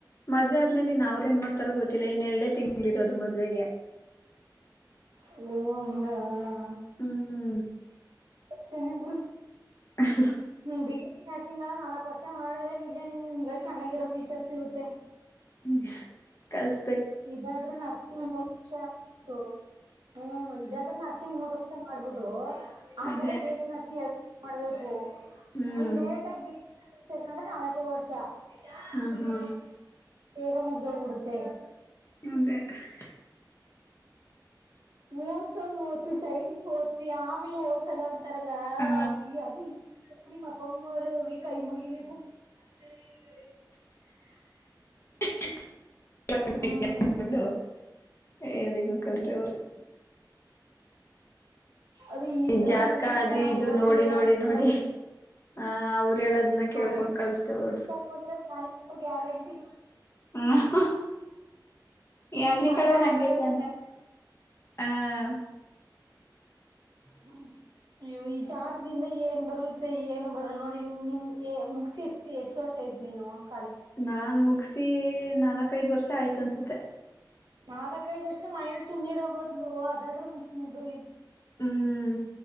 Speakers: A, on the left (about 35°); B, on the right (about 70°).
A: ಮದ್ವೆ ಆದ್ಮೇಲೆ ಇನ್ನು ಅವ್ರ್ ಏನ್ ಮಾಡ್ತಾರಬಹದು ಇನ್ನ ಎರಡು ತಿಂಗಳು ಅಲ್ಲಿರೋದು ಮದುವೆಗೆ
B: ಹಂದು
A: ಹ್ಮ್
B: ಚನ ಬುಡು
A: ಹ <inaudible>
B: ನೀ ಬಿ, ಎಸ್ ನರ್ಸಿಂಗ್ ಎಲ್ಲ ನಾಲ್ಕು ವರ್ಷ ಮಾಡಿದ್ರೆ, ನಿಜ ನಿನಗೆಚೆನ್ನಾಗಿರೋ ಫೀಚರ್ಸ್ ಸಿಗುತ್ತೆ. -
A: ಹ್ಮ, ಕಲ್ಸ-
B: ಇದಾದ್ರು ಹತ್ತು ವರ್ಷ. - ಹ <inaudible> ಹ್ಮ್, ಇದಾದ್ರೂ ನೂನಸಿಂಗ ಮೂರು- ಇಷ್ಟ ಮಾಡ್ಬಿಟ್ಟು <inaudible> <unintelligible> ಆ
A: ಅದೇ
B: ಕಡೆ ಬಿ, ಎಸಿ, ನರ್ಸ್ಂಗ ಹೇಳ್- ಮಾಡ್ಬೋದು. -
A: ಹ್ಮ್
B: ನಿಮ ರೆಟಾಗ ಬ <unintelligible> ಸರ್ಕೊಂಡ್ರೆ ನಾಲ್ಕೇ ವರ್ಷ, - ಆಯತಾ,
A: ಹಾ
B: ಸರಿ
A: ಹಾ
B: ಆಯತು. - ಬೇಗ ಮುಗದಹೋಗಬಿಡತೆ. -
A: ಅದೇ <unintelligible>
B: ಓದಸೋದು, ಓದಸಿ ಸೈನ್ಸ್ ಓದಸಿ ಆಮೇಲೆ ಓದಸಲ್ಲ ಅಂತ., - ತಾರಲ್ಲ
A: ಆ
B: ಅದು ನಿಮ್ಮ- ಒಮ್ಮವರುೋಗಿ ಕೈ ಮುಗಿಬೇಕು <unintelligible>
A: <inaudible> <inaudible>
B: ಹ್ಮ್
A: ಏನಗೂ ಕಲ್ತೆವರು <unintelligible>
B: ಅದು ಈಗ್ಲೆಲ್ಲ
A: ಈ ಜಾತ್ಕ
B: ಹುಡ್ಗಿರ್
A: ಅದು
B: ಚೆನ್ನಾಗ್
A: ಇದು
B: ಓದ್ಬೇಕು
A: ನೋಡಿ, ನೋಡಿ,
B: ಅಂತಾರೆ
A: ನೋಡಿ ಆ ಅವ್ರು ಹೇಳದನ್ನ ಕೇಳ್ಕೊಂಡ್
B: ಆಯ್
A: ಕಳಸ್ತೇ ಹೋದ್ರು,
B: ನೋಡ್ರೆ ನಾನೇ ಗ್ಯಾರಂಟಿ
A: ಹ ಅಲ್ಲಿ
B: ಮನೆ
A: ಕಡೆವ್ರು
B: ಹಾಳಾಗಡಿ
A: ಹಂಗೇತಾನೆ ಆ-
B: ಹ್ಮ, ನೀವು ಈ ಜಾತದಿಂದ ಏನ್ ಬರುತ್ತೆ. ಏನ್ ಬರಲ್ ನೋಡ್ರ ನಿನ್ ಮುಗಸಿ ಎಷ್ಟ ಎಷ್ಟ್ ವರ್ಷ ಐತಿ ನೀನು., -
A: ನಾನ್ ಮುಗಸ- ಪ್ರತಿ ನಾಲ್ಕೈದ್ ವರ್ಷ ಆಯ್ತು ಅನ್ಸುತ್ತೆ. -
B: ನಾಳ ಕೈಷ್ಟೆ ಮಹೇಲಿ ಸುಮ್ನೆ ಇರೋ ಬದ್ಲು ಅದಾದ್ರರು ಮುಗ ಮುಗ್ದೋಗ.
A: ಹ್ಮ್,